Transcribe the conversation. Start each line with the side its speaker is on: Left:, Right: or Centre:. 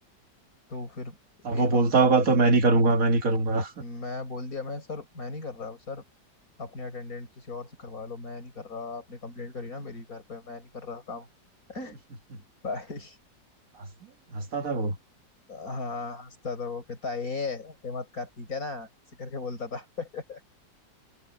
Left: तो फिर
Right: अब वो
Left: एक
Right: बोलता
Left: हफ्ता
Right: होगा तो मैं नहीं करूंगा मैं नहीं करूंगा
Left: मैं बोल दिया मैं सर मैं नहीं कर रहा सर अपने अटेंडेंट किसी और से करवा लो मैं नहीं कर रहा आपने कंप्लेंट करी ना मेरी घर पे मैं नहीं कर रहा काम <laughs>
Right: <laughs>
Left: भाई
Right: हंस- हंसता था वो
Left: हाँ हंसता था वो कहता ये ऐसे मत कर ठीक है ना ऐसे करके बोलता था <laughs>